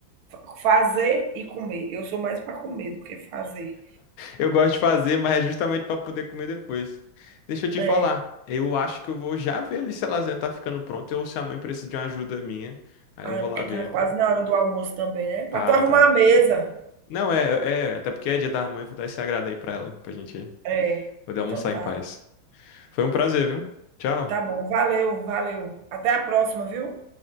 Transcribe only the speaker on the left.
Eu gosto de fazer, mas é justamente para poder comer depois. Deixa eu te
falar. Eu acho que eu vou já ver ali se a lasanha tá ficando pronta ou se a mãe precisa de uma ajuda minha. Aí eu
vou
lá ver
pra.
Tá,
tá.
Não, é, é, até porque é dia da mãe, eu vou dar esse agrado aí pra ela, pra gente
poder
almoçar
em paz. Foi um prazer, viu? Tchau.